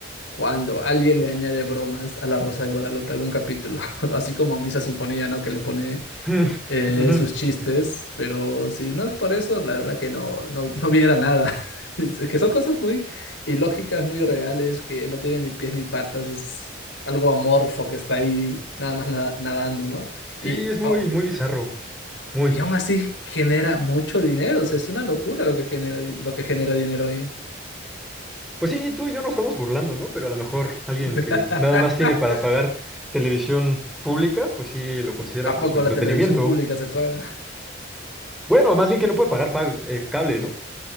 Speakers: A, on the left; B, in the centre.
A: cuando alguien le añade bromas a La Rosa de Guadalupe algún capítulo, <laughs> así como a Misa Sinfonía, ¿no? Que le pone
B: <laughs>
A: eh,
B: Ujú.
A: sus chistes, pero si no es por eso, la verdad que no, no, no viera nada. <laughs> Es que son cosas muy ilógicas, muy reales, que no tienen ni pies ni patas, es algo amorfo que está ahí nada más nada- nadando, ¿no?
B: Sí,
A: Y,
B: es muy,
A: oh,
B: muy bizarro, muy.
A: y aún así genera mucho dinero, o sea, es una locura lo que genera, di- lo que genera dinero ahí.
B: Pues sí, tú y yo nos estamos burlando, ¿no? Pero a lo mejor alguien
A: <laughs>
B: que nada más tiene para pagar televisión pública, pues sí lo considera
A: ¿A
B: como
A: poco
B: su entretenimiento.
A: la televisión pública se paga?
B: Bueno, más bien que no puede pagar pa- eh, cable, ¿no?